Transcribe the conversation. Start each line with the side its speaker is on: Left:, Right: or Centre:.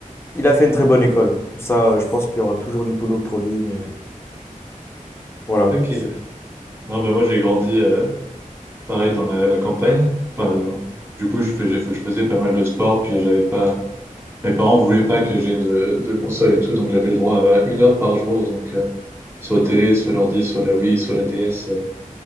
Left: il a fait une très bonne école. Ça, euh, je pense qu'il y aura toujours du boulot pour lui, mais voilà,
Right: Ok.
Left: quoi.
Right: ouais.
Left: c'est-
Right: Non, bah, moi, j'ai grandi, euh, pareil, dans la, la campagne. Enfin, euh, du coup, je fais, j'ai fait- je faisais pas mal de sport, puis j'avais pas... Mes parents voulaient pas que j'ai de, de console et tout, donc j'avais le droit à une heure par jour, donc... euh, Soit télé, soit l'ordi, soit la Wii, soit la DS. euh.